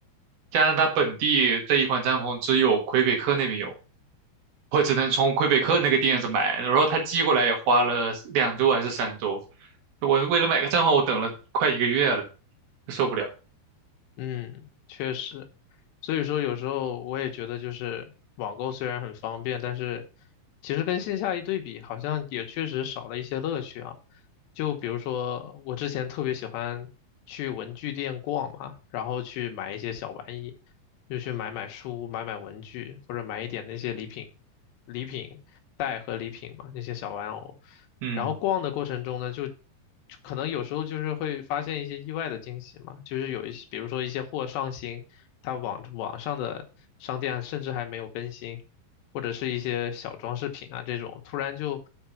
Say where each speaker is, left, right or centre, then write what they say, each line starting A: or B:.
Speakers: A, on the right (about 65°); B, on the left (about 75°).
A: 加拿大本地这一款帐篷只有魁北克那边有，我只能从魁北克那个店子买，然后他寄过来也花了两周还是三周，我为了买个账号，我等了快一个月了，受不了。
B: 嗯，确实，所以说有时候我也觉得，就是网购虽然很方便，但是其实跟线下一对比，好像也确实少了一些乐趣啊。就比如说，我之前特别喜欢去文具店逛嘛，然后去买一些小玩意，又去买买书、买买文具，或者买一点那些礼品、礼品袋和礼品嘛，那些小玩偶。
A: 嗯
B: 然后逛的过程中呢，就就可能有时候就是会发现一些意外的惊喜嘛，就是有一些，比如说一些货上新，它网网上的商店甚至还没有更新，或者是一些小装饰品啊这种，突然就